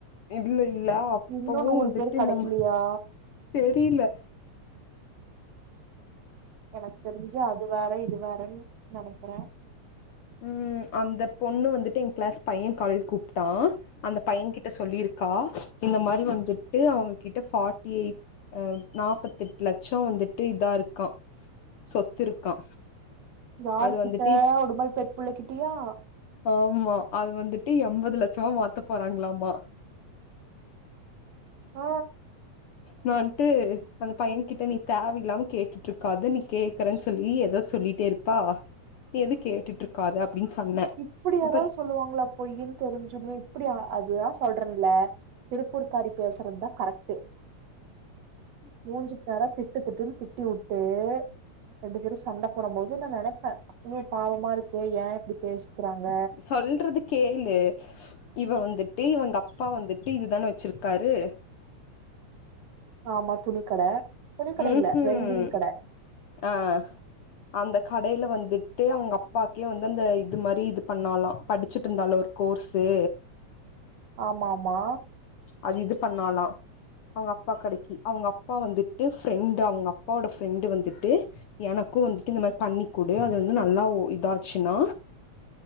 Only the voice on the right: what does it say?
இன்னு நூறு
பேரு கெடைக்கலையா
எனக்கு தெரிஞ்சு அதுவு இது வேற இது வேறனு நெனைக்குறே
யாரு
கிட்ட
ஒரு பல் பெட் புள்ளகிட்டியா
ஹ
இப்புடி யாராவது
சொல்லுவாங்களா பொய்யின்னு தெரிஞ்சுமே இப்டி அதுதான் சொல்றேன்ல திருப்பூர்க்காரி பேசுறதுத கரெக்ட்டு மூஞ்சிக் நேர திட்டு திட்டுன்னு திட்டி உட்டு ரெண்டு பேரும் சண்ட போட போது நான் நினைப்பேன் ஏ பாவமா இருக்கு ஏன் பேசிக்கறாங்க
ஆமா துணிக்கட துணிக்கட
இல்ல
வெல்டிங் கட
ஆமமா